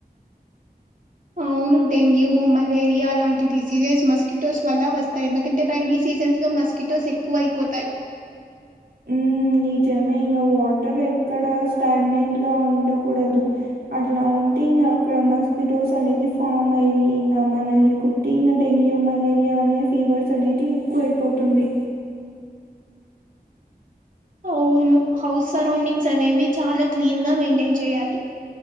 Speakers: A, on the right; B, on the right.
A: అవును డెంగ్యూ మలేరియా లాంటి డిసీజెస్ మస్కిటోస్ వల్ల వస్తాయి ఎందుకంటే రైైనీ సీజన్స్ లో మస్ కిటోస్ ఎక్కువ అయిపోతాయి
B: ఉ నిజమే ఇంకా వాటర్ ఎక్కడ స్టాగ్నెంట్ గా ఉండకూడదు అట్లా ఉంటే ఇంకా అక్కడ మస్కిటోస్ అనేది ఫామ్ అయి ఇంగా మనల్ని కు ఇంకా డెంగ్యూ మలేరియా అనే ఫీవర్స్ అనేది ఎక్కువ అయిపోతుంది
A: అవును హౌస్ సరౌండింగ్స్ అనేవి చాలా క్లీన్ గా మెయింటైన్ చేయాలి